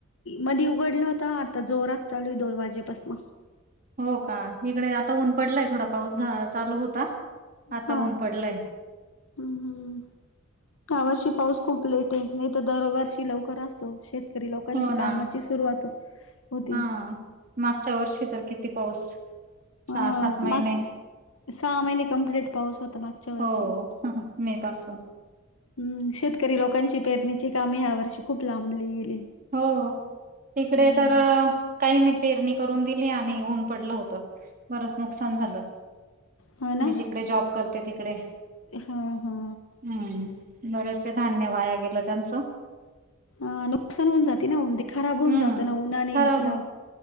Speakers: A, on the left (about 80°); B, on the right (about 40°).
A: मधी उघडला होता, आता जोरात चालू आहे दोन वाजेपासनं.
B: हो का, इकडे आता ऊन पडलंय, थोडा पाऊस चालू होता, आता
A: हा,
B: ऊन पडलंय
A: ह् हं, ह्या वर्षी पाऊस खूप लेट नाही तर दरवर्षी लवकर असतो, शेतकरी लोकांची
B: हो ना
A: कामाची सुरुवात होती.
B: हा मागच्या वर्षी तर किती पाऊस, सहा
A: अ
B: सात महिने.
A: मागचे सहा महिने कम्प्लीट पाऊस होता मागच्या वर्षी.
B: हो मे पासून
A: हम्,, शेतकरी लोकांची पेरणीची कामे ह्या वर्षी खूप लांबली गेली.
B: हो, इकडे
A: हम्म
B: तर, काही नाही पेरणी करून दिली आणि ऊन पडलं होतं. बरंच नुकसान झालं,
A: हो ना
B: मी जिकडे जॉब करते तिकडे.
A: हा हा
B: हम्म,, बरेचसे धान्य वाया गेलं त्यांचं.
A: अ नुकसान होऊन जाते ना, ते खराब होऊन
B: हम्म
A: जातं ना उन्हाने,
B: खराब
A: त्याला
B: हो